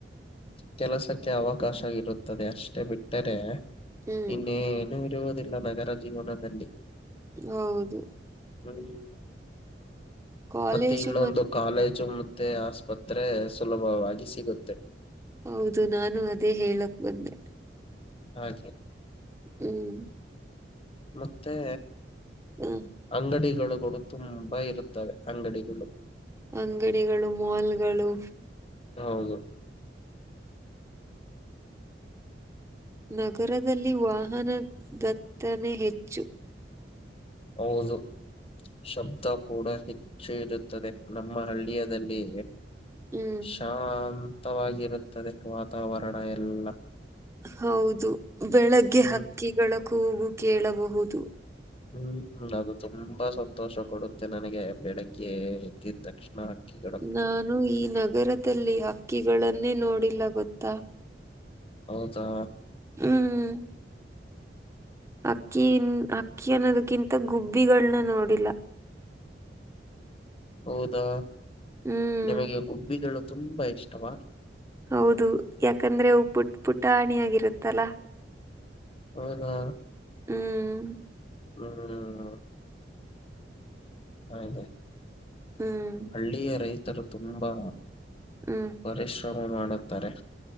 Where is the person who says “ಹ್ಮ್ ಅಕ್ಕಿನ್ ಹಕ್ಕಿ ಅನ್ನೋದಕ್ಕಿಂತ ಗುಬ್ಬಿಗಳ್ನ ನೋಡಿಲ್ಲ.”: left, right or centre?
Right